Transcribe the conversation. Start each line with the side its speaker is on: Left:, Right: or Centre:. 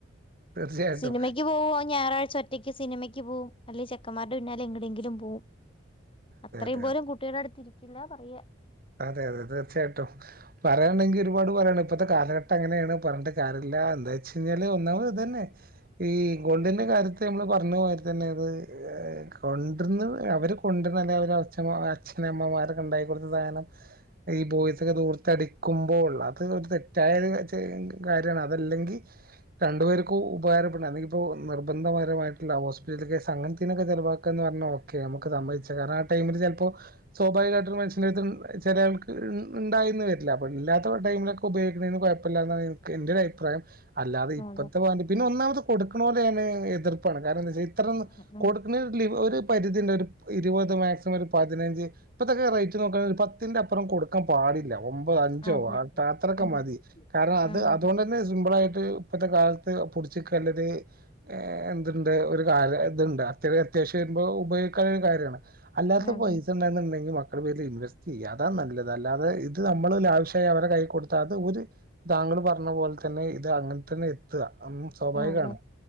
Right: തീർച്ചയായിട്ടും
Left: സിനിമക്ക് പോവ ഞായറാഴ്ച ഒറ്റയ്ക്ക് സിനിമയ്ക്ക് പോകവും അല്ലെ ചെക്കന്മാരുടെ പിന്നാലൽ ഇങ്ങനേംങ്കിലും പോവും
Right: അതെ
Left: അത്രയും
Right: അതെ അതെ
Left: പോലും കുട്ടികുടെ അടുത്തില്ല പറയ
Right: അതെ അതെ തീർച്ചയായിട്ടും പറയുകയാണെങ്കിൽ ഒരുപാട് പോയാണ് ഇപ്പഴത്തെ കാലഘട്ടം അങ്ങനെയാണ് പറഞ്ഞിട്ട് കാര്യമില്ല അല്ല എന്താ വെച്ച കഴിഞ്ഞാല് ഒന്നാമത് ഇത് തന്നെ ഈ ഇ ഗോൾഡിന്റെ കാര്യത്തി നമ്മള് പറഞ്ഞ മാതിരി തന്നെ അത് കൊണ്ടിരുന്ന് അവർ കൊണ്ടിരുന്ന അല്ലെങ്കിൽ അവർ അച്ഛ അച്ഛനമ്മമാർക്ക ഉണ്ടായി കൊടുത്ത സാധനം
Left: <inaudible>
Right: ഈ ബോയിസൊക്കെ ദൂർത്ത് അടിക്കുമ്പോ ഉള്ള അത് ഒരു തെറ്റായ ഒരു കാര്യമാണ് അതല്ലങ്കി രണ്ടു പേർക്കു ഉപകാരപ്പെ ഇപ്പോ നിർബന്ധപരമായിട്ടുള്ള ഹോസ്പിറ്റൽ കേസ് അങ്ങനതിനൊക്കെ ചിലവാക്കാ ന്ന് പറഞ്ഞാ ഓക്കെ നമുക്ക് സമ്മേയിച്ച സംമ്മയിച്ച കാരണം ട്ടയിമിൽ ചെല്ലപ്പോ സ്വാഭാവികമായിട്ടു ഒരു മനുഷ്യന്റെ അട്ത്ത് ചിലാൾക്ക് ണ്ടായിന്ന് വരില്ല അപ്പൊ ഇല്ലാത്ത ടൈമിലൊക്കെ ഉപയോഗിക്കുന്നെന് കുഴപ്പമില്ല എന്നാണ് ക്ക് ന്റെ ഒരു അഭിപ്രായം അല്ലാതെ ഇപ്പത്ത
Left: അതെ
Right: മാത് പിന്നെന്നാമത് കൊടുണലന്നെ എതിർപ്പാണ് കാരണഎന്താച്ചാ അത്ര
Left: ഉം ഉം
Right: കൊടുക്ണെന് ല ഒരു പരിധി ഉണ്ട് ഒരു ഇരുപത് മാക്സിമം ഒരു പതിനഞ്ച് ഇപ്പതൊക്കെ റേറ്റ് നോക്കണ ഒരു പത്തിന്റെ അപ്പറം കൊടുക്കാൻ പാടില്ല ഒമ്പതോ അഞ്ചോ
Left: അതെ
Right: ആത് അത്രൊക്കെ
Left: ഉം
Right: മതി കാരണം
Left: ഉം
Right: അത് അതോണ്ടനെ സിമ്പിൾ ആയിട്ട് ഇപ്പത്ത കാലത്ത് പുട്ച്ച്ക്കാൻല്ലത് എ ന്ത്‌ണ്ട് ഒരു കാല ത്ണ്ടാ അത്യാവശ്യം വരുമ്പോ ഉപ ക്കാണ് കാര്യമാണ് അല്ലാത്ത
Left: അതെ
Right: പൈസ ഉണ്ടന്നുണ്ടെങ്കിൽ മക്കള പേര് ഇൻവെസ്റ്റ് ചെയ്യാ അതാ നല്ലത് അല്ലാതെ ഇത് നമ് നമ്മള് ലാവശ്യായി അവരെ കൈ കൊടുത്ത അത് ഒരു താങ്കള് പറഞ്ഞ പോലെ തന്നെ ഇത് അങ്ങനെ തന്നെ എത്തഅ മം സ്വാഭാവികാണ്
Left: ആഹ് അതെ